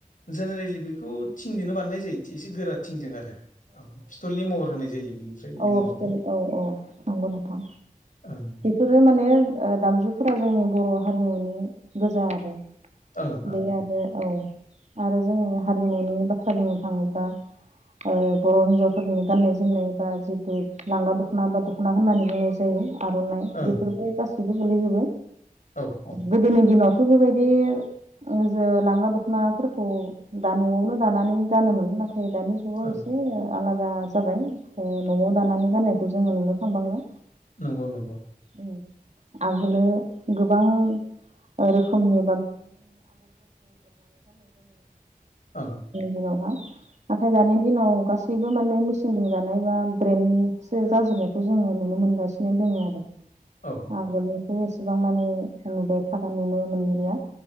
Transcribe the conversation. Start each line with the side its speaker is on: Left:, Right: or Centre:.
Left: जेनेरेलि बेखौ थिंजोंनो बानायनाय जायो एसे गोरा थिंजों आरो औ फिथलनि महर होनाय जायो बिनिफ्राय बिनि
Right: औ
Left: महरखौ
Right: फ औ औ नंगौ नोंथां
Left: <inaudible>
Right: बेफोरो माने ओ दामजुफोरा जोंनि बर' हारिमुनि गोजा आरो
Left: ओं ओं
Right: बे आरो
Left: ओं
Right: औ आरो जोङो हारिमुनि बाथ्रा बुंनो थाङोब्ला ओ बर' हिनजावफोरनि गाननाय जोमनाय बा जिहेथु लांगा दख'ना बा दख'ना होननानै बुंनाय जायो। आर'नाइ
Left: ओं
Right: बेफोरबो गासिबो गोलैजोबो
Left: औ औ
Right: गोदोनि दिनावथ' बेबायदि ओ जो लांगा दख'नाफोरखौ दा न'आवनो दानानै गानोमोन ना थाय दानि जुगाव
Left: ओं
Right: एसे आलादा जाबाय न'आव दानानै गाननायखौ जोङो नुनो थांबांला
Left: नंगौ नंगौ
Right: औ आगोलो गोबां <inaudible> गोदोनि
Left: ओं
Right: दिनावहा नाथाय दानि दिनाव गासैबो माने मेचिनजों दानाय बा ब्रेन्डनिसो जाजोबनायखौ जों नुनो मोनगासिनो दोंङो आरो,
Left: औ
Right: आगोलनिखौ एसेबां माने नुबाय थाला नुनो मोनलिया,